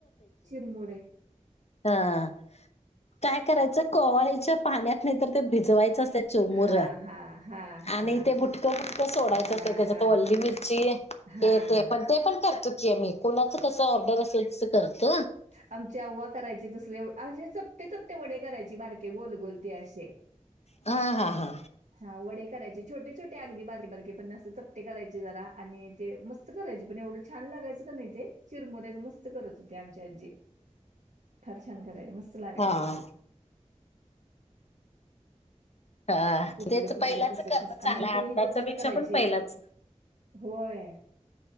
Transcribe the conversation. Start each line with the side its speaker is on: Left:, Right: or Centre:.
Right: चिरमुरे
Left: हां काय करायचं कोहाळ्याच्या पाण्यात नाही तर ते भिजवायचं अस. चोमुर
Right: हां, हां, हां, हां.
Left: आणि ते बुटकं बुटकं सोडायचं
Right: हां,
Left: अस त्याच्या
Right: हां.
Left: तर वल्ली मिरची
Right: हां.
Left: हे ते पण ते पण करतो की मी कुणाच कसं ऑर्डर असेल त करत.
Right: आमचची अव्वा करायचे तसले असे चपटे चपटे वडे करायची बार गोल गोलती अस असे.
Left: हा हा हा
Right: हा वडे करायचे छोटे छोटे अगदी बारके बारकीे पणस्त चपटे करायचे जरा आणि ते मस्त करायचे पण एवढं छान लागयचं का नाही ते चिरमुऱयचं मस्त करत होते आमची आजी फार छान करायचे मस्त लागायचं
Left: हा
Right: ते
Left: हा
Right: कुठलं
Left: तेच
Right: कुठलं
Left: पहिलाच
Right: कसं
Left: करणं
Right: कसं
Left: चांगलं
Right: आणि
Left: आताच्या
Right: ते हे ज पण
Left: पेक्षा
Right: करायची.
Left: पहिलाच
Right: होय